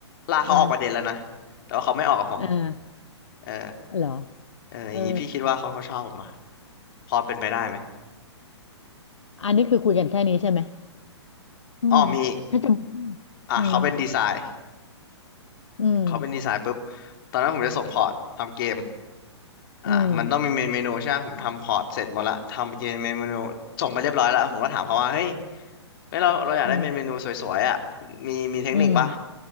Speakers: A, on the left; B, on the left.
A: ลากเขาออกประเด็นแล้วนะแต่ว่าเขาไม่ออกกับผม
B: เอออ่า
A: เออ
B: เหรอ
A: เอออย่างนี้พี่คิดว่าเขาเขาชอบผมอ่ะ
B: เออ
A: พอเป็นไปได้ไหม
B: อันนี้คือคุยกันแค่นี้ใช่ไหมอืม
A: อ้อมีอีก
B: ถ้าจะ
A: อ่ะเขาเป็นดีไซน์
B: อืมอืม
A: เขาเป็นดีไซน์ปุ๊บตอนนั้นผมจะส่งพอร์ตทำเกมอ่ามันต้องมีเมนเมนูใช่ไหมผมทำพอร์ตเสร็จหมดละทำเกมเมนเมนูส่งไปเรียบร้อยแล้วผมก็ถามเขาว่าเฮ้ย
B: อืม
A: เฮ้ยเราเราอยากได้เมนเมนูสวยๆอ่ะ
B: อืม
A: มีมีเทคนิคปะ
B: อืม